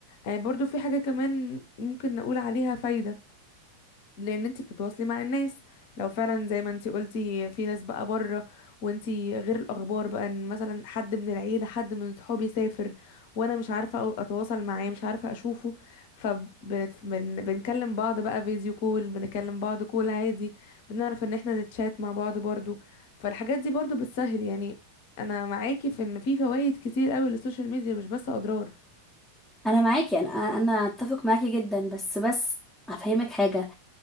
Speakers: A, on the left; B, in the centre.
A: آه، برضو في حاجه كمان ممكن نقول عليها فايده لان انت بتتواصلي مع الناس لو فعلا زي ما انت قلتي في ناس بقى بره وانت غير الاخبار بقى ان مثلا حد من العيله حد من صحابي سافر وانا مش عارفه أو- اتواصل معاه مش عارفه اشوفه فبنكلم بعض بقى فيديو كول بنكلم بعض كول عادي بنعرف ان احنا نتشات مع بعض برضو فالحاجات دي برضو بتسهل يعني انا معاكي في ان في فوائد كتير قوي للسوشيال ميديا مش بس اضرار
B: انا معاكي انا انا اتفق معاكي جدا بس بس هفهمك حاجه